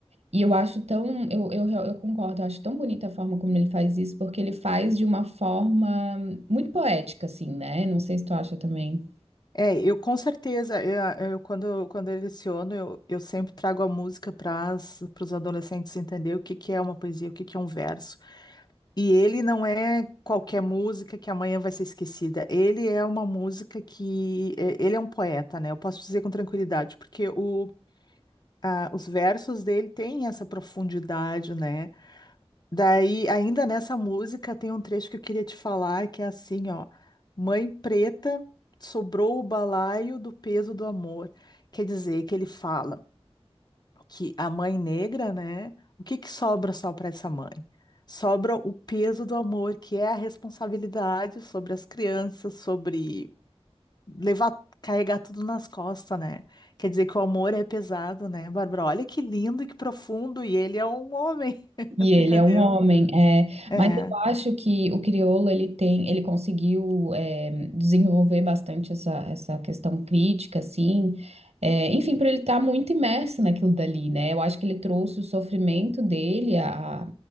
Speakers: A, on the right; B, on the left.
A: e eu acho tão, eu, eu, eu concordo, eu acho tão bonita a forma como ele faz isso, porque ele faz de uma forma muito poética, assim, né? Não sei se tu acha também.
B: É, eu com certeza, eu, eu- quando, quando eu leciono, eu, eu sempre trago a música para os adolescentes entender o que que é uma poesia, o que que é um verso. E ele não é qualquer música que amanhã vai ser esquecida. Ele é uma música que. é, Ele é um poeta, né? Eu posso dizer com tranquilidade, porque o, a- os versos dele têm essa profundidade, né? Daí, ainda nessa música, tem um trecho que eu queria te falar, que é assim, ó. Mãe preta, sobrou o balaio do peso do amor. Quer dizer, que ele fala que a mãe negra, né? O que que sobra só para essa mãe? Sobra o peso do amor, que é a responsabilidade sobre as crianças, sobre levar, carregar tudo nas costas, né? Quer dizer que o amor é pesado, né, Bárbara? Olha que lindo e que profundo, e ele é um homem, <laughs>
A: E
B: tu
A: ele
B: entendeu?
A: é um homem, é,
B: É,
A: mas eu acho que o crioulo ele tem, ele conseguiu é, desenvolver bastante essa, essa questão crítica, assim, é, enfim, para ele estar muito imerso naquilo dali, né? Eu acho que ele trouxe o sofrimento dele, a,